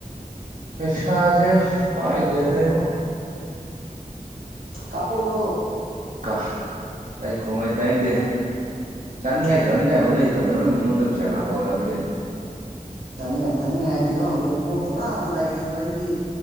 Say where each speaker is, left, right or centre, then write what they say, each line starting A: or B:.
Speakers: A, on the right (about 60°); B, on the right (about 75°).
A: ꯄꯩꯁꯥꯖꯦ ꯄꯥꯏꯗ꯭ꯔꯦꯗ ꯏꯕꯣ
B: ꯀꯞꯄꯥꯛ ꯎꯔꯣ
A: ꯀꯥꯞ ꯍꯩ ꯈꯣꯝꯃꯩ ꯇꯥꯅꯤꯡꯗꯦ ꯆꯥꯅꯤꯡꯉꯥꯏ
B: ꯎꯝ
A: ꯊꯥꯛꯅꯤꯡꯉꯥꯢ ꯊꯛꯅꯤꯡꯉꯥꯏꯕ ꯂꯩꯇꯕ ꯅꯪ ꯃꯤꯉꯣꯟꯗ ꯄꯩꯥꯁꯥ ꯀꯥꯟꯄꯥꯛꯎꯔꯗꯤ ꯀꯩꯅꯣ
B: ꯆꯥꯅꯤꯡꯉꯥꯏ ꯊꯛꯅꯤꯡꯉꯥꯏꯁꯤ ꯍꯧꯖꯤꯛ ꯄꯨꯔꯥ ꯂꯩꯔꯤꯕ ꯑꯩꯒꯤ